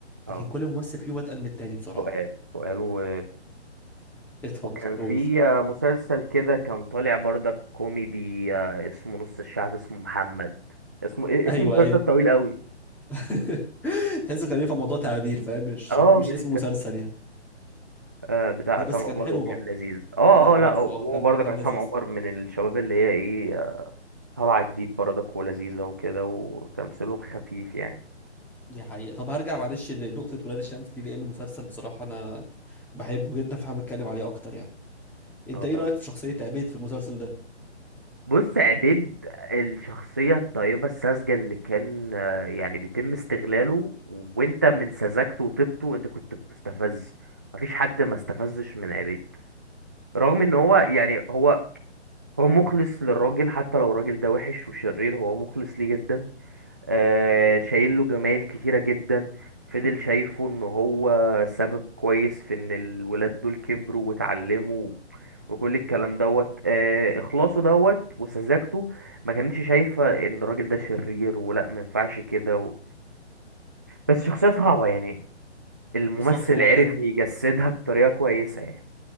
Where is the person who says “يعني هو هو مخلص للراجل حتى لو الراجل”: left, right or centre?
Right